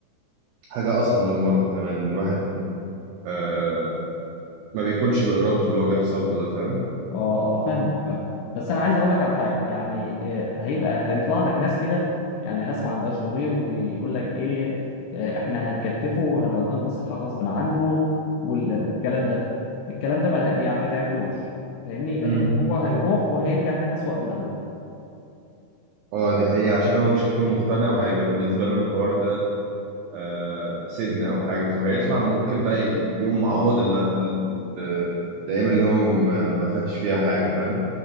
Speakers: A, on the right; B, on the left.
A: حاجة أصعب من المرض كمان الواحد آه ما بيكونش بإرادته اللي هو بيحصل له ده فاهم
B: اه اه فاهمك فاهم بس انا عايز اقول لك على حاجه يعني آه، هيبقى هيطلع لك ناس كده يعني ناس ما عندهاش ضمير ويقول لك ايه آه، احنا هنكتفه وهنوديه المصحه غصب عنه وال- والكلام ده الكلام ده ما يعني ما تعملوش فاهمني لان
A: مم.
B: هو هيروح وهيرجع تاني اسوأ من الاول
A: اه دي حقيقة عشان هو مش هيكون مقتنع وهيبقى بالنسبة له الحوار ده آه سجن أو حاجة فهيطلع ممكن بقى ي- يقوم معوض ال- ال- ال- الأيام اللي هو ما ما خدش فيها حاجة فاهم